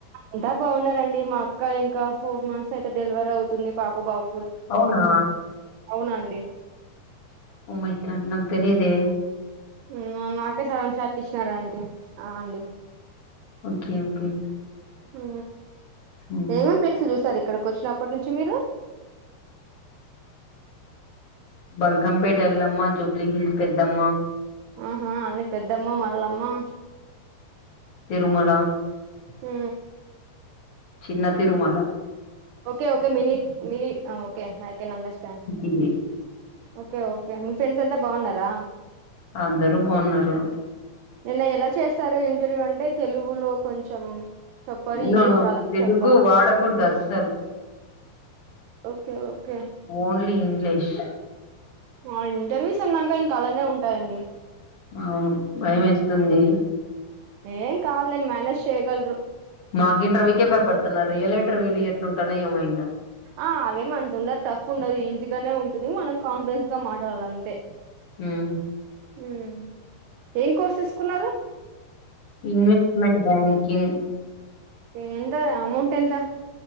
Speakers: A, on the right (about 90°); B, on the left (about 50°).
A: ఎంతా బాగున్నారండి మా అక్క ఇంకా ఫోర్ మంత్స్ అయితే డెలివరీ అవుతుంది పాపో బావు
B: అవునా
A: అవునండి
B: ఓ మై కన్నా తెలిదే
A: ఆ నా నాకే సడన్ షాక్ ఇచ్చినారా అంటే ఆ అండి
B: ఓకే ఓకే
A: హా
B: ఉమ్
A: ఏమేం ప్లేస్లు చూసారు ఇప్ ఇక్కడికి వచ్చిన అప్పటి నుంచి మీరు
B: బల్కంపేట ఎల్లమ్మా జూబ్లీ హిల్స్ పెద్దమ్మా
A: ఆహా అన్నీ పెద్దమ్మ మళ్ళమ్మా
B: తిరుమల
A: హు
B: చిన్న తిరుమాల
A: ఓకే ఓకే మినిట్ మినిట్ఓ ఓకే ఐకేన్ అండర్ స్టాండ్
B: ఇది
A: ఓకే ఓకే మీ ఫ్రెండ్స్ అంతా బాగున్నారా
B: అందరూ బాగున్నారు
A: నిన్న ఎలా చేస్తారు ఇంటర్వ్యూ అంటే తెలుగులో కొంచెం చెప్పారు
B: అవునా
A: ఇంగ్లీష్ రాదని
B: తెలుగు
A: చెప్పారు
B: వాడకూదడు అస్సలు
A: ఓకే ఓకే
B: ఓన్లీ ఇంగ్లీష్
A: వా ఇంటర్వ్యూస్ అన్నాక ఇంకా అలానే ఉంటాయండి
B: అవును భయం వేస్తుంది
A: ఏం కాదులేండి మ్యానేజ్ చేయగలరు.
B: మాకు ఇంటర్వ్యూకే భయపడుతున్నారు రియల్ ఇంటర్వ్యూలు ఎట్లుంటాన ఏమో ఇంగా
A: ఆ అవేమంతుడదు టఫ్ ఉండదు ఈజీగానే ఉంటుంది మనం కాన్ఫిడెన్స్ గా మాట్లాడాల అంతే
B: ఉమ్
A: ఉమ్ ఏం కోర్స్ తీసుకున్నారు
B: ఇన్వెస్ట్మెంట్ బ్యాంకింగ్
A: ఏందో అది అమౌంట్ ఎంత